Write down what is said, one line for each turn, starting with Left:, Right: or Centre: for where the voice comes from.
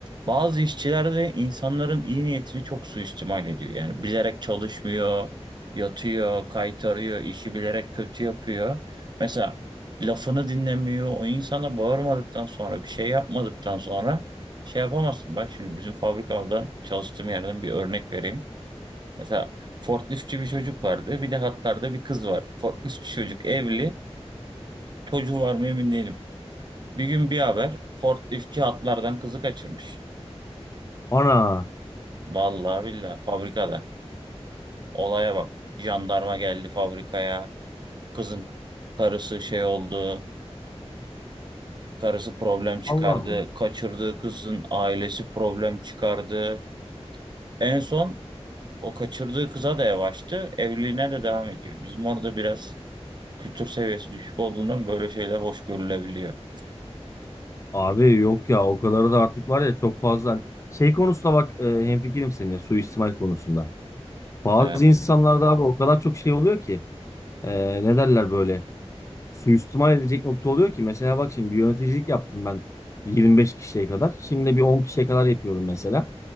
Right: Bazı işçiler de insanların iyi niyetini çok suistimal ediyor. Yani bilerek çalışmıyor, yatıyor, kaytarıyor, işi bilerek kötü yapıyor. Mesela lafını dinlemiyor. O insana bağırmadıktan sonra, bir şey yapmadıktan sonra şey yapamazsın. Bak şimdi bizim fabrikadan çalıştığım yerden bir örnek vereyim. Mesela forkliftçi bir çocuk vardı. Bir de hatlarda bir kız vardı. Forkliftçi çocuk evli. Çocuğu var mı emin değilim. Bir gün bir haber forkliftçi hatlardan kızı kaçırmış.
Left: Ana,
Right: Vallahi billahi fabrikada. Olaya bak. Jandarma geldi fabrikaya. Kızın karısı şey oldu. Karısı problem çıkardı.
Left: Allah'ım.
Right: Kaçırdığı kızın ailesi problem çıkardı. En son o kaçırdığı kıza da yavaştı. Evliliğine de devam ediyor. Bizim orada biraz kültür seviyesi düşük olduğundan böyle şeyler hoş görülebiliyor.
Left: Abi yok ya o kadar da artık var ya çok fazla. Hani Şey konusunda bak e, hemfikirim seninle suistimal konusunda. Bazı
Right: Evet.
Left: insanlarda abi o kadar çok şey oluyor ki e, ne derler böyle. suistimal edecek nokta oluyor ki mesela bak şimdi bir yöneticilik yaptım ben 25 kişiye kadar. Şimdi bir 10 kişiye kadar yapıyorum mesela.